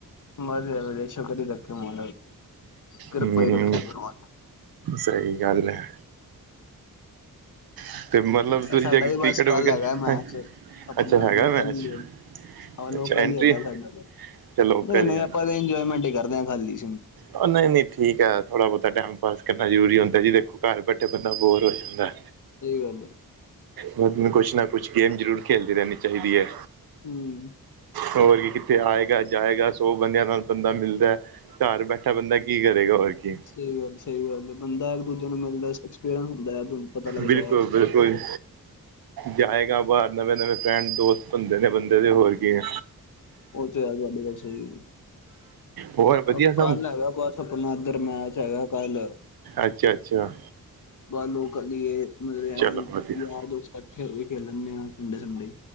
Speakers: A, on the left; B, on the right.
A: ਮਜ਼ ਵਸ਼ੋ ਕਰ ਰੱਖੀ ਮ ਕਿਰਪਈ
B: ਹਮ
A: ਰੱਖੇ <unintelligible>
B: ਸਹੀ ਗੱਲ ਹੈ। ਹ ਤੇ ਮਤਲਬ ਤੁਸੀਂ
A: ਸਾਡਾ
B: ਜਾ
A: ਵੀ
B: ਕ੍ਰਿਕਟ
A: ਬਸ ਕੱਲ
B: ਵਗੈਰਾ
A: ਹੈਗਾ ਮੈਚ ਆਪਣਾ
B: ਅੱਛਾ ਹੈਗਾ
A: ਲੋਕਲ
B: ਮੈਚ
A: ਹੀ ਏ ਆਹ ਲੋਕਲ
B: ਅੱਛਾ ਐਂਟਰੀ
A: ਹੀ ਹੈਗਾ ਸਾਡਾ,
B: ਅੱਛਾ ਲੋਕਲ
A: ਨਹੀਂ ਨਹੀਂ
B: ਹੀ
A: ਆਪਾਂ ਤਾਂ ਇੰਜੋਏਮੈਂਟ ਹੀ ਕਰਦੇ ਹਾਂ ਖਾਲੀ
B: ਉਹ ਨਹੀਂ -ਨਹੀਂ ਠੀਕ ਹੈ, ਥੋੜਾ ਬਹੁਤਾ ਟਾਈਮ ਪਾਸ ਕਰਨਾ ਜ਼ਰੂਰੀ ਹੁੰਦਾ ਜੀ ਦੇਖੋ ਘਰ ਬੈਠੇ ਬੰਦਾ ਬੋਰ ਹੋ ਜਾਂਦਾ।
A: ਗੱਲ ਹੈ
B: ਬੰਦੇ ਨੂੰ ਕੁਛ ਨਾ ਕੁਛ ਗੇਮ ਜ਼ਰੂਰ ਖੇਲਦੀ ਰਹਿਣੀ ਚਾਹੀਦੀ ਹੈ।
A: ਹੂੰ।
B: ਹੋਰ ਵੀ ਕਿੱਥੇ ਆਏਗਾ, ਜਾਏਗਾ, ਸੌ ਬੰਦਿਆਂ ਨਾਲ ਬੰਦਾ ਮਿਲਦਾ ਘਰ ਬੈਠਾ ਬੰਦਾ ਕੀ ਕਰੇਗਾ ਹੋਰ ਕੀ।
A: ਸਈ ਗੱਲ ਸਈ ਗੱਲ ਬੰਦਾ ਇੱਕ ਦੂਜੇ ਨੂੰ ਮਿਲਦਾ ਐਕਸਪੀਰੀਅੰਸ ਹੁੰਦੈ ਪਤਾ ਲੱਗਦਾ।
B: ਬਿਲਕੁਲ ਬਿਲਕੁਲ ਜਾਏਗਾ ਬਾਹਰ ਨਵੇਂ-ਨਵੇਂ ਫਰੈਂਡ ਦੋਸਤ ਬਨਦੇ ਨੇ ਬੰਦੇ ਦੇ ਹੋਰ ਕੀ ਏ।
A: ਉਹ ਤੇ ਆ ਤੁਹਾਡੀ ਗੱਲ ਸਹੀ ਹੈ।
B: ਹੋਰ ਵਧੀਆ
A: ਅਬ
B: ਸਮ?
A: ਕੱਲ ਹੈਗਾ ਬਸ ਆਪਣਾ ਇਧਰ ਮੈਚ ਹੈਗਾ ਕੱਲ।
B: ਅੱਛਾ ਅੱਛਾ
A: ਬਾਹਰ ਲੋਕਲ ਈ ਏ ਮਤਲਬ
B: ਚਲੋ
A: ਐਵੇਂ
B: ਵਧੀਆ
A: ਯਾਰ ਦੋਸਤ ਇਕੱਠੇ ਹੋ ਕੇ ਖੇਲ ਲੈਂਦੇ ਆ ਸੰਡੇ ਦੇ ਸੰਡੇ।